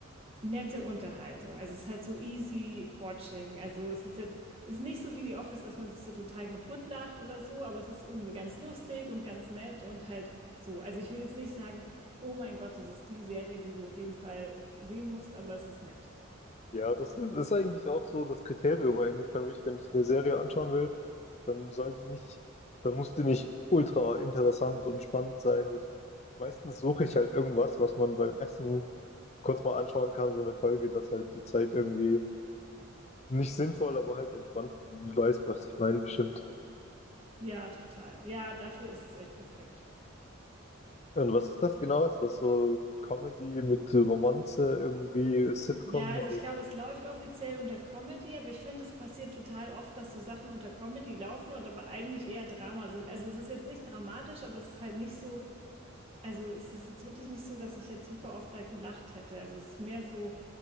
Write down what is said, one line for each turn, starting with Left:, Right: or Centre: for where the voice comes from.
Right: nette Unterhaltung. Also es ist halt so easy watching. Also es ist jetzt, es ist nicht so wie The Office, dass man sich so total kaputt lacht oder so, aber es ist irgendwie ganz lustig und ganz nett und halt so. Also ich würde jetzt nicht sagen, oh mein Gott, das ist die Serie, die du auf jeden Fall sehen musst, aber es ist nett.
Left: Ja, das ist, das ist eigentlich auch so das Kriterium eigentlich für mich, wenn ich eine Serie anschauen will, dann soll die nicht, dann muss die nicht ultra interessant und spannend sein. Und ich, meistens suche ich halt irgendwas, was man beim Essen kurz mal anschauen kann, so eine Folge, dass halt die Zeit irgendwie nicht sinnvoll, aber halt entspannt, du weißt, was ich meine, bestimmt.
Right: Ja, total. Ja, dafür ist es echt perfekt.
Left: Und was ist das genau? Ist das so Comedy mit Romanze, irgendwie Sitcom
Right: Ja, also
Left: oder?
Right: ich glaube, es läuft offiziell unter Comedy, aber ich finde, es passiert total oft, dass so Sachen unter Comedy laufen und aber eigentlich eher Drama sind. Also es ist jetzt nicht dramatisch, aber es ist halt nicht so Also es ist jetzt wirklich nicht so, dass ich jetzt super oft da gelacht hätte. Also es ist mehr so,